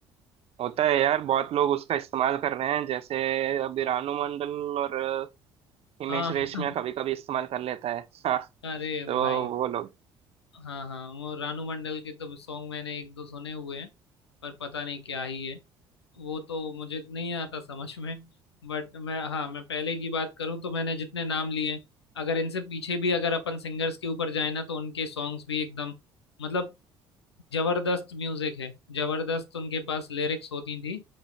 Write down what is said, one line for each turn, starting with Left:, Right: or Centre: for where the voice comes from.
Right: होता है यार बहुत लोग उसका इस्तेमाल कर रहे हैं जैसे अभी रानू मंडल और अ, हिमेश
Left: हाँ
Right: रेशमिया
Left: <laughs>
Right: कभी कभी इस्तेमाल कर लेता है <laughs> हाँ
Left: अरे
Right: तो
Left: भाई
Right: वो लोग
Left: हाँ हाँ वो रानू मंडल के तो सॉन्ग मैंने एक दो सुने हुए हैं पर पता नहीं क्या ही है वो तो मुझे नहीं आता समझ में बट मैं हाँ मैं पहले की बात करूँ तो मैंने जितने नाम लिए अगर इनसे पीछे भी अगर अपन सिंगर्स के ऊपर जाए ना तो उनके सॉन्ग्स भी एकदम मतलब जबरदस्त म्यूजिक है जबरदस्त उनके पास लिरिक्स होती थी